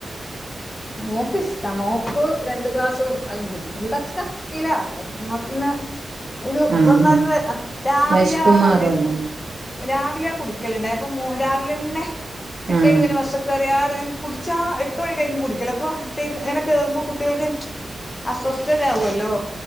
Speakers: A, on the left; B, on the right.
A: മോക്ക് ഇഷ്ടാ മോക്ക് രണ്ട് ഗ്ലാസ് കൊടുത്താലും കുടിക്കും ഒരു കച്ചക്കാ. ട്ടിലാക്കും ന്ന പിന്നെ ഒരു
B: ആഹ്
A: വന്നാരു
B: ആഹ്
A: രാവിലെ
B: വെശ്പ്പ്
A: ആണ്
B: മാറുവല്ലോ
A: അവര് രാവിലെ കുടിക്കലുണ്ടായി അപ്പൊ മോ രാവിലെന്നെ എട്ടേ
B: ആഹ്
A: ഇരുപത്തിന് ബസ്സ്‌ക്കേറിയാട്നെ കുട്ച്ചാ എട്ട് മണിക്കായിരിക്കും കുടിക്കൽ അപ്പൊ ത്തേരു അങ്ങനെ കേറുമ്പോ കുട്ടികൾക്ക് അസ്വസ്ഥതരാകല്ലോ.